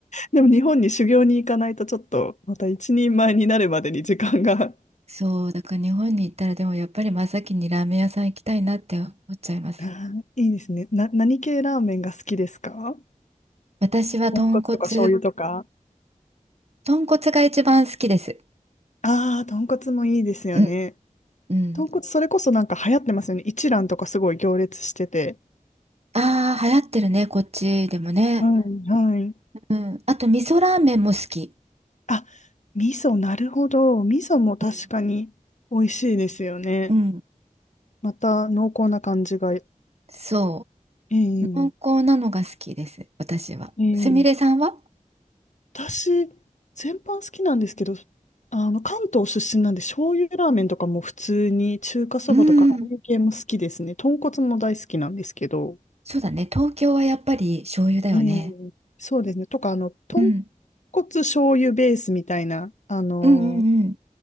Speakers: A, on the left; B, on the right.
A: でも日本に修行に行かないとちょっとまた一人前になるまでに時間が。
B: そう、だから日本に行ったらでもやっぱり真っ先にラーメン屋さん行きたいなって思っちゃいます。
A: あーいいですね。な、何系ラーメンが好きですか
B: 私は豚骨、
A: 豚骨とか醤油とか。
B: 豚骨が一番好きです。
A: ああ、豚骨もいいですよね。
B: うん、うん。
A: 豚骨それこそなんか流行ってますよね。一蘭とかすごい行列してて。
B: ああ、流行ってるね、こっちでもね。
A: はいはい。
B: うん。あと、味噌ラーメンも好き。
A: あ、味噌、なるほど。味噌も確かに美味しいですよね。
B: うん、うん。
A: また濃厚な感じが。え
B: そ
A: え
B: う、濃厚なのが好きです、私は。
A: ええ
B: すみれさんは
A: 私、全般好きなんですけど、あの、関東出身なんで、醤油ラーメンとかも普通に、中華そばとか、
B: うん。
A: ああいう系も好きですね。豚骨も大好きなんですけど、
B: そうだね。東京はやっぱり醤油だよね。
A: ええそうですね。とか、あの、豚
B: うん。
A: 骨醤油ベースみたいな、あの、
B: うんうんうん。